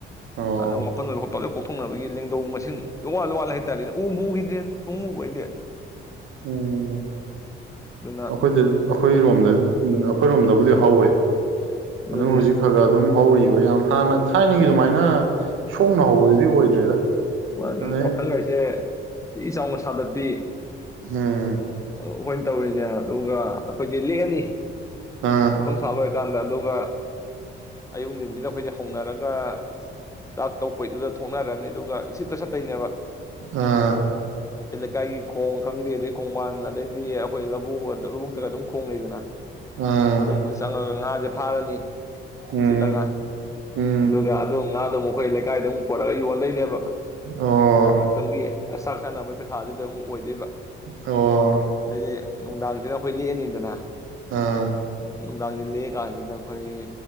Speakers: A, on the right; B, on the left.
A: ꯑꯣ
B: ꯥ <unintelligible> ꯐꯪꯅꯕꯒꯤ ꯂꯦꯡꯗꯧ ꯃꯁꯤꯡ ꯑꯦꯋꯥꯠ ꯋꯥꯠ ꯍꯥꯏꯇꯥꯔꯦꯅꯦ ꯎꯕꯨ ꯎꯈꯤꯗꯔ꯭ꯦꯗ ꯑꯩꯗꯤ ꯁꯨꯡꯉꯕꯨ ꯑꯩꯗꯤ
A: ꯎꯝ
B: ꯑꯗꯨꯅ
A: ꯑꯩꯈꯣꯏꯗ ꯑꯩꯈꯣꯏꯔꯣꯝ ꯑꯩꯈꯣꯏꯔꯣꯝꯗꯕꯨꯗꯤ ꯍꯧꯋꯦ
B: ꯑꯗꯨꯅꯤ
A: <inaudible> ꯑꯗꯨꯝ ꯍꯧꯖꯤꯛ ꯈ ꯈꯔ ꯑꯗꯨꯝ ꯍꯧꯔꯤꯕ ꯌꯥꯝ ꯍꯥꯟꯅ ꯊꯥꯏꯅꯒꯤ ꯑꯗꯨꯃꯥꯏꯅ ꯁꯣꯡꯅ ꯍꯧꯕꯗꯨꯗꯤ ꯑꯣꯏꯗ꯭ꯔꯦꯗ
B: ꯃꯥꯅꯤ
A: ꯑꯗꯩ
B: ꯌꯥꯎꯁꯪꯒꯥꯏꯁꯦ ꯄꯤ ꯏꯆꯥꯎꯅ ꯁꯥꯗꯠꯄꯤ
A: ꯍꯝ
B: ꯑꯩꯈꯣꯏꯅ ꯇꯧꯔꯤꯁꯦ ꯑꯗꯨꯒ ꯑꯩꯈꯣꯏꯗꯤ ꯂꯦꯛꯑꯅꯤ
A: ꯑꯥ
B: ꯄꯈꯪ ꯁꯥꯥꯕ ꯂꯣꯏꯀꯥꯟꯗ ꯑꯗꯨꯒ ꯑꯌꯨꯛ ꯑꯌꯨꯛ ꯅꯨꯪꯊꯤꯟꯁꯤꯟ ꯍꯧꯅꯔꯒ ꯆꯥꯛ ꯇꯧꯄꯩꯗꯨꯗ ꯊꯣꯛꯅꯔꯅꯤ ꯑꯗꯨꯒ ꯁꯤꯠꯇ ꯁꯠꯇꯣꯏꯅꯦꯕ
A: ꯎꯝ
B: ꯂꯩꯀꯥꯏꯒꯤ ꯈꯣꯡ ꯈꯪꯗꯦ ꯑꯗꯩ ꯈꯣꯡꯕꯥꯟ ꯑꯗꯩꯗꯤ ꯑꯩꯈꯣꯏ ꯂꯧꯕꯨꯛ ꯂꯧꯕꯨꯛꯇꯒ ꯑꯗꯨꯝ ꯈꯣꯡ ꯂꯩꯩꯗꯅ
A: ꯑꯥ
B: ꯑꯗꯨꯝꯕ ꯆꯪꯉꯒ ꯉꯥꯁꯦ ꯊꯔꯅꯤ
A: ꯎꯝ
B: ꯁꯤꯠꯂꯒ
A: ꯎꯝ
B: ꯑꯗꯨꯒ ꯑꯗꯨ ꯉꯥꯗꯣ ꯃꯈꯣꯏ ꯂꯩꯀꯥꯏꯗ ꯑꯃꯨꯛ ꯄꯣꯔꯛꯑꯒ ꯌꯣꯟꯗꯣꯏꯅꯦꯕ
A: ꯑꯣ
B: <unintelligible> ꯆꯥꯛ ꯆꯥꯥꯟꯅꯕꯣꯏ ꯄꯩꯁꯥꯗꯨꯗ ꯑꯃꯨꯛ ꯑꯣꯏꯗꯣꯏꯕ
A: ꯑꯣ
B: ꯑꯗꯩꯗꯤ ꯅꯨꯡꯗꯥꯡꯁꯤꯅ ꯑꯩꯈꯣꯏ ꯂꯤꯦꯛꯑꯅꯤꯗꯅ
A: ꯑꯥ
B: ꯅꯨꯡꯗꯥꯡꯁꯦ ꯂꯦꯛꯑ ꯀꯥꯟꯁꯤꯗ ꯑꯩꯈꯣꯏꯒꯤ